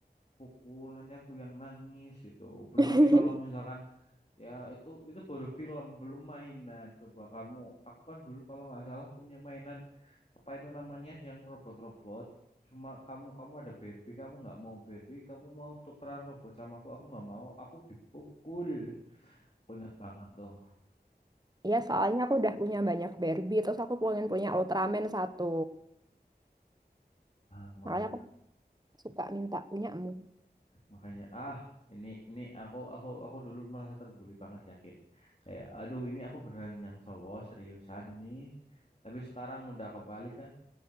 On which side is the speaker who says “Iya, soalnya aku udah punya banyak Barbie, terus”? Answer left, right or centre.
Right